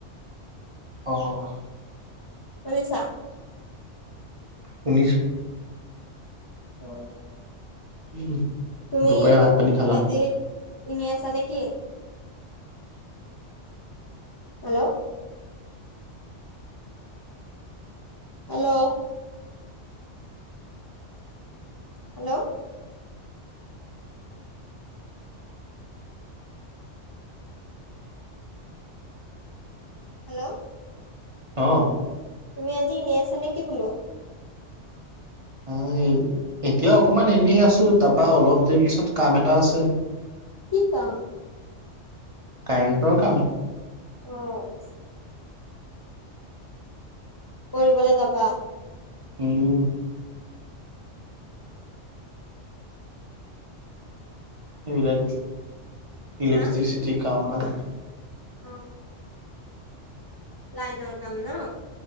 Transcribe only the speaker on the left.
শুনিছা?
অ'।
তুমি
আজি এনে আছা নেকি? হেল্ল'। হেল্ল'। হেল্ল'। হেল্ল'।
তুমি আজি এনে আছা নেকি বোলো?
কি কাম <unintelligible>
অ'। কৰিবলে যাবা
হা?
অ'। লাইনৰ কাম ন'